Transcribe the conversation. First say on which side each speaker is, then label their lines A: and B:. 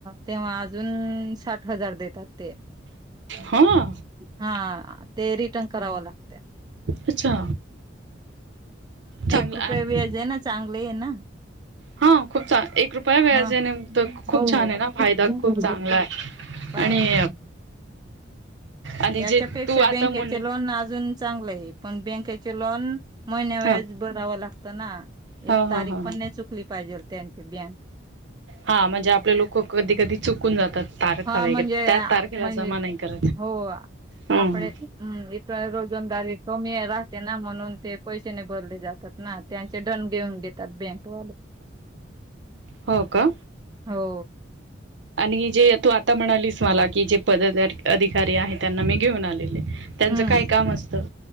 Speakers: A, on the right (about 20°); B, on the right (about 70°).
A: तेव्हा अजून साठ हजार देतात. ते
B: हा
A: हा ते रिटर्न करावं लागत.
B: अच्छा. चांगलं
A: कृपया
B: आणि
A: व्याज ना चांगले ना.
B: हा खूप चा एक रुपया व्याज
A: हा
B: ने तर खूप
A: हो
B: छान
A: हो
B: आहे ना
A: हं,
B: फायदा खूप चांगला आहे.
A: <inaudible>
B: आणि आणि
A: याच्यापेक्षा
B: जे तू आता
A: बँकेचे
B: म्हण
A: लोन अजून चांगल आहे, पण बँकेचे लोन महिन्याला व्याज
B: ह
A: भरावं लागतं ना. एक
B: ह
A: तारीख
B: ह ह
A: पण नाही चुकली पाहिजे त्यांची बँक
B: हा म्हणजे आपले लोक कधी कधी चुकून जातात तारखा
A: हा
B: वगैरे
A: म्हणजे
B: त्या तारखेला
A: म्हणजे
B: जमा नाही करत.
A: हो.
B: हम्म
A: आपडे हम् इथ रोजंदारी कमी राहते ना म्हणून ते पैसेने भरले जातात. ना त्यांचे दडं घेऊन घेतात बँकवाले.
B: हो का.
A: हो
B: आणि जे तू आता म्हणालीस मला की जे पद अधिकारी आहे त्यांना मी घेऊन आलेले. त्यांचं
A: हम्म,
B: काय काम असतं